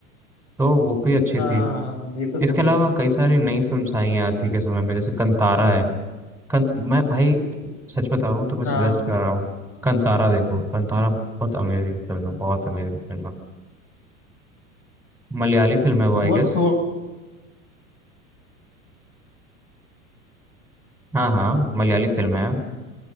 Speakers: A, in the centre; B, on the left (about 40°).
A: तो वो भी अच्छी
B: हाँ
A: थी
B: हाँ ये तो सुनिए
A: इसके अलावा कई सारी नई फिल्म्स आई हैं आज के समय में जैसे कंतारा है कं, मैं भाई सच बता रहा हूँ तुम्हें सजेस्ट
B: हाँ
A: कर रहा हूँ कंतारा देखो कंतारा बहुत अमेजिंग फिल्म है बहुत अमेजिंग फिल्म है मलयाली फिल्म है वो आई
B: वो
A: गेस
B: थोड़ी
A: हाँ हाँ मलयाली फिल्म है